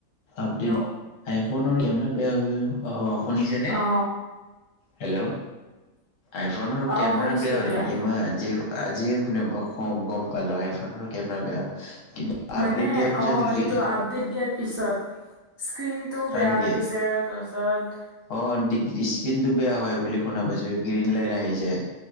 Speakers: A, on the left; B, on the right.
A: আপডেট
B: হেল্ল'
A: আইফোনৰ কেমেৰা বেয়া হৈ <unintelligible> অ শুনিছে নে?
B: অ
A: হেল্ল'। আইফোনৰ
B: অ
A: কেমেৰা
B: শুনিছো
A: বেয়া
B: এতিয়া
A: হয় নেকি? মই আজি আজিয়ে শুনি পাওঁ গম পালো আইফোনৰ কেমেৰা বেয়া হয় কিন্তু আপডেট
B: মানে
A: দিয়াৰ পিছত
B: অঁ
A: গ্ৰী
B: এইটো আপডেট দিয়াৰ পিছত স্ক্ৰীনটো
A: হয়
B: বেয়া
A: নেকি
B: হৈ গৈছে তাৰপিছত
A: অ দি স্কিনটো বেয়া হয় বুলি শুনা পাইছো, গ্ৰীণ লাইন আহি যায়।